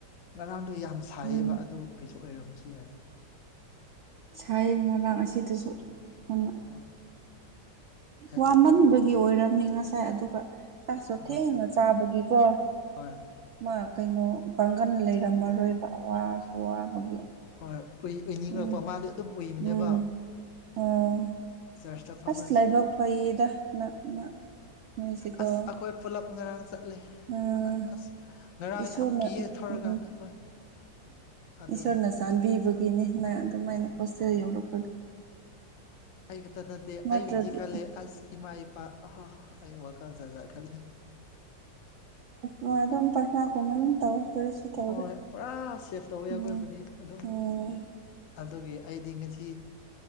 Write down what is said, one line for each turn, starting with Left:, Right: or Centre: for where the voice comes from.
Left: ꯉꯔꯥꯡꯗꯣ ꯌꯥꯝ ꯁꯥꯏꯌꯦꯕ
Right: ꯎꯝ
Left: ꯑꯗꯨꯒꯤꯁꯨ ꯑꯣꯏꯔꯝꯃꯁꯨ ꯌꯥꯏꯌꯦ
Right: ꯁꯌꯦꯟ ꯉꯔꯥꯡ ꯑꯁꯤꯗꯁꯨ ꯌꯥꯝ
Left: ꯑꯣ ꯑꯗꯨꯒꯤꯅꯤꯗ
Right: ꯋꯥꯃꯟꯕꯒꯤ ꯑꯣꯏꯔꯝꯅꯤ ꯉꯁꯥꯏ ꯑꯗꯨꯒ ꯆꯥꯛꯁꯨ
Left: ꯑꯃ
Right: ꯊꯦꯡꯅ ꯆꯥꯕꯒꯤꯀꯣ
Left: ꯍꯣꯏ
Right: ꯃꯥ ꯀꯩꯅꯣ ꯄꯥꯡꯒꯜ ꯂꯩꯔꯝꯃꯔꯣꯏꯕ ꯋꯥꯁꯨ ꯋꯥꯕꯒꯤ
Left: ꯍꯣꯏ ꯎꯏ ꯑꯣꯏꯅꯤꯡꯉꯛꯄ
Right: ꯎꯝ
Left: ꯃꯥꯗꯤ ꯑꯗꯨꯝ ꯎꯏꯕꯅꯦꯕ
Right: ꯎꯝ ꯑꯣ
Left: ꯆꯔꯁꯇ ꯐꯝꯔꯁꯨ
Right: ꯑꯥꯁ ꯂꯩꯥꯏꯕ ꯐꯌꯦꯗ ꯅꯪ ꯅꯣꯏꯁꯤꯀꯣ
Left: ꯑꯁ ꯑꯩꯈꯣꯏ ꯄꯨꯂꯞ ꯉꯔꯥꯡ ꯆꯠꯂꯦ
Right: ꯎꯝ
Left: ꯑꯁ ꯉꯔꯥꯡ
Right: ꯏꯁꯣꯔꯅ
Left: ꯌꯥꯝ ꯀꯤꯌꯦ ꯊꯧꯔꯀꯥꯟꯗ
Right: ꯎꯝ
Left: ꯍꯣꯏ ꯑꯗꯨꯅꯦ
Right: ꯏꯁꯣꯔꯅ ꯆꯥꯟꯕꯤꯕꯒꯤꯅꯤ ꯅꯪ ꯑꯗꯨꯃꯥꯏꯅ
Left: ꯍꯣꯏ
Right: ꯍꯣꯁꯇꯦꯜ
Left: ꯍꯣꯏ
Right: ꯌꯥꯎꯔꯛꯄꯗꯣ
Left: ꯑꯩ ꯈꯛꯇ ꯅꯠꯇꯦ
Right: ꯅꯠꯇ꯭ꯔꯗꯤ
Left: ꯑꯩ ꯍꯧꯗꯤ ꯈꯜꯂꯦ ꯑꯁ ꯏꯃꯥ ꯏꯄꯥ ꯑꯍꯥꯍꯥ ꯑꯩ ꯋꯥꯈꯜ ꯖꯥꯖ ꯈꯜꯂꯦ
Right: ꯑꯣ ꯑꯗꯨꯝ ꯄꯠꯅꯥ ꯀꯨꯝꯕ ꯑꯗꯨꯝ ꯇꯧ ꯀꯔꯤꯁꯨ ꯇꯧꯔꯣꯏ
Left: ꯍꯣꯏ ꯄꯨꯔꯥ ꯁꯦꯐ ꯇꯧꯋꯦ
Right: ꯎꯝ
Left: ꯑꯩꯈꯣꯏꯕꯨꯗꯤ ꯑꯗꯨꯝ
Right: ꯎꯝ
Left: ꯑꯗꯨꯒꯤ ꯑꯩꯗꯤ ꯉꯁꯤ